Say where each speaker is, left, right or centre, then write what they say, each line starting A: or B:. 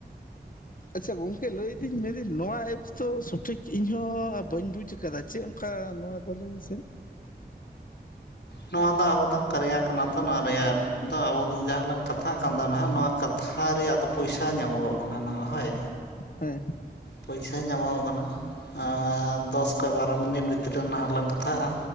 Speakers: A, on the left (about 50°); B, on the left (about 85°).
A: ᱟᱪᱪᱷᱟ ᱜᱚᱝᱠᱮ ᱞᱟᱹᱭ ᱫᱤᱧ ᱢᱮᱱᱫᱤᱧ ᱱᱚᱣᱟ ᱮᱯᱥ ᱛᱚ ᱥᱚᱴᱷᱤᱠ ᱤᱧ ᱦᱚᱸ ᱵᱟᱹᱧ ᱵᱩᱡᱷ ᱟᱠᱟᱫᱟ ᱪᱮᱫᱼᱼ ᱞᱮᱠᱟ ᱱᱚᱣᱟ ᱫᱚ ᱞᱟᱹᱭ ᱢᱮᱥᱮ?
B: ᱱᱚᱣᱟ ᱫᱚ ᱟᱵᱚ ᱫᱚ ᱠᱟᱨᱭᱟ ᱠᱟᱱᱟ ᱛᱚ ᱱᱚᱣᱟ ᱨᱮᱭᱟᱜ ᱮᱯ ᱫᱚ ᱟᱵᱚ ᱫᱚ ᱡᱟᱦᱟᱸ ᱞᱟᱝ ᱠᱟᱛᱷᱟ ᱠᱟᱱ ᱫᱚ ᱱᱷᱟᱜ ᱱᱚᱣᱟ ᱠᱟᱛᱷᱟ ᱨᱮᱭᱟᱜ ᱫᱚ ᱯᱚᱭᱥᱟ ᱧᱟᱢᱚᱜᱚᱜ ᱠᱟᱱᱟ ᱱᱷᱟᱜ ᱦᱳᱭ᱾
A: ᱦᱮᱸᱻ
B: ᱯᱚᱭᱥᱟ ᱧᱟᱢᱚᱜᱚᱜ ᱠᱟᱱᱟ ᱟᱨ ᱫᱚᱥ ᱠᱷᱚᱡ ᱵᱟᱨᱚ ᱢᱤᱱᱤᱴ ᱵᱷᱤᱛᱨᱤ ᱚᱱᱟ ᱦᱚᱞᱟᱝ ᱠᱟᱛᱷᱟᱜᱼᱟ᱾